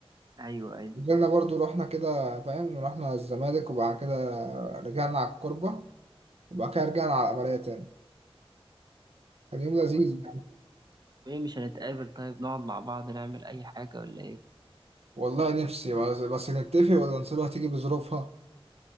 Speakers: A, on the right; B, on the right.
A: ايوه ايوه
B: نزلنا برضو رحنا كده فاهم رحنا الزمالك وبعد كده رجعنا على الكوربه وبعد كده رجعنا على العمليه تاني كان يوم لذيذ
A: طيب
B: يعني
A: ايه مش هنتقابل طيب نقعد مع بعض نعمل اي حاجة ولا ايه
B: والله نفسي بس, بس نتفق ولا نسيبها تيجي بظروفها